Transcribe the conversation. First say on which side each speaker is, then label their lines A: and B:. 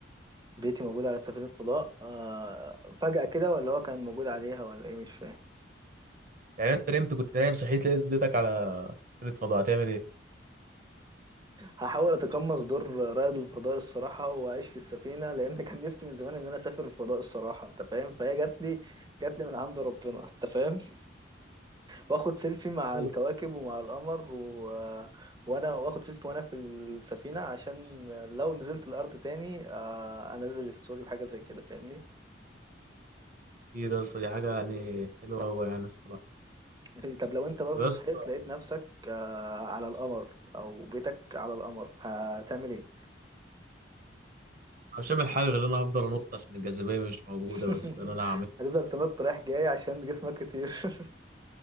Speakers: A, on the right; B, on the right.
A: بيتي موجود على سفينه فضاء آه فجاه كده ولا هو كان موجود عليها ولا ايه مش فاهم
B: يعني انت نمت كنت نايم صحيت لقيت بيتك على سفينة فضاء هتعمل ايه؟
A: هحاول اتقمص دور رائد الفضاء الصراحه واعيش في السفينه لان كان نفسي من زمان ان انا اسافر الفضاء الصراحه انت فاهم فهي جات لي جات لي من عند ربنا انت فاهم واخد سيلفي مع
B: ايوه
A: الكواكب ومع القمر و... وانا واخد سيلفي وانا في السفينة عشان لو نزلت الارض تاني آه، انزل ستوري بحاجة زي كده فاهمني
B: ايه ده يا اسطى دي حاجه يعني حلوه قوي يعني الصراحه
A: <laughs> طب لو انت برضو
B: طب يا
A: صحيت
B: اسطى
A: لقيت نفسك آه، على القمر او بيتك على القمر هتعمل ايه
B: أنا مش هعمل حاجه غير ان انا هفضل انط عشان الجاذبيه مش موجوده
A: <laughs>
B: بس ده اللي انا هعمله
A: هتفضل تنط رايح جاي عشان جسمك كتير <laughs>